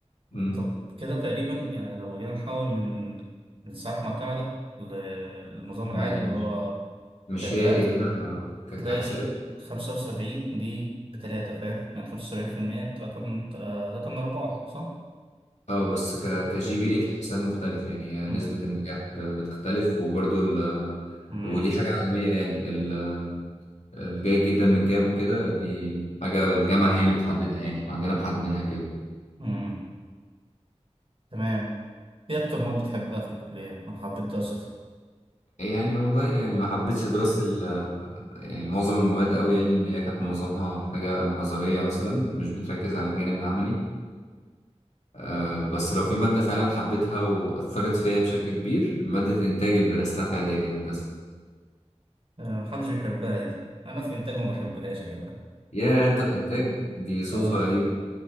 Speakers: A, on the left; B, on the right.
A: مم.
B: طب كده تقريبا يعني لو جينا نحول من من ساعات معتمدة للنظام
A: ما
B: العادي اللي هو
A: مش
B: تقديرات
A: هي هي
B: هتلاقي
A: ك- كحساب
B: خمسة وسبعين دي بتلاتة فاهم يعني خمسة وسبعين في المية بتلاتة من آه، تلاتة من أربعة صح؟
A: اه بس ك كجي بي اي الحساب مختلف يعني هي
B: مم.
A: نسبة النجاح ب- بتختلف وبرضو ال
B: مم.
A: ودي حاجة عالمية يعني ال- الجيد جدا من كام وكده دي حاجة الجامعة هي اللي بتحددها يعني احنا عندنا محددينها كده
B: مم. تمام إيه أكتر مواد بتحبها في الكلية؟ أنا حبيت دراستها
A: يعني والله يعني ما حبيتش دراسة ال يعني معظم المواد قوي يعني ان هي كانت معظمها حاجة نظرية مثلا مش بتركز على الجانب العملي آه، بس لو في مادة فعلا حبيتها وأثرت فيا بشكل كبير مادة إنتاج اللي درستها في إعدادي هندسة
B: آه، محدش بيحبها دي أنا في إنتاج ما بحبهاش يا جدع <laughs>
A: يا أنت في إنتاج دي صدفة
B: آه.
A: غريبة